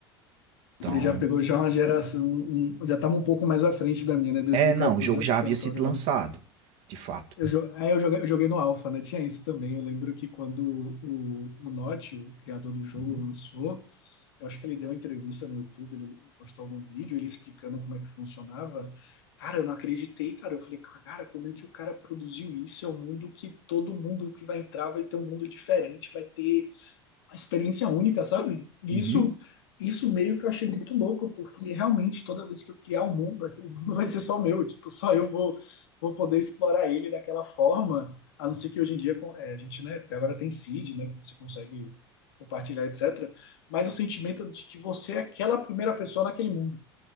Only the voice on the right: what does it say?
Então,
É, não, o jogo
já havia
sido
lançado, de fato.
Uhum.
Uhum.